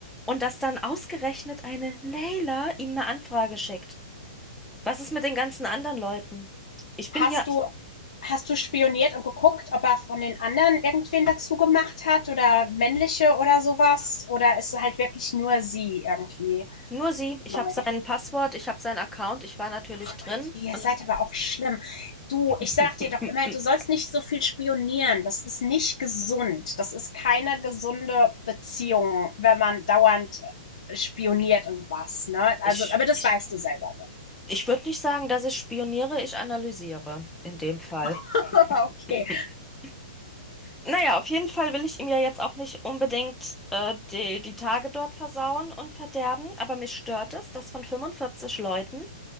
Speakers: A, in the centre; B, on the left.
A: Und dass dann ausgerechnet eine Leila ihm eine Anfrage schickt. Was ist mit den ganzen anderen Leuten? Ich
B: Hast
A: bin hier
B: du, hast du spioniert und geguckt, ob er von den anderen irgendwen dazu gemacht hat oder männliche oder sowas? Oder ist halt wirklich nur sie irgendwie
A: Nur sie.
B: neu?
A: Ich habe sein Passwort, ich habe seinen Account, ich war natürlich
B: Ach
A: drin
B: Gott, ihr
A: und
B: seid aber auch schlimm. Du,
A: <laughs>
B: ich sag dir doch immer, du sollst nicht so viel spionieren. Das ist nicht gesund. Das ist keine gesunde Beziehung, wenn man dauernd äh, spioniert und was, ne?
A: ich,
B: Also, aber das weißt du selber, ne?
A: ich würde nicht sagen, dass ich spioniere, ich analysiere in dem Fall.
B: <laughs> okay.
A: <laughs> Naja, auf jeden Fall will ich ihm ja jetzt auch nicht unbedingt äh, die, die Tage dort versauen und verderben, aber mich stört es, dass von 45 Leuten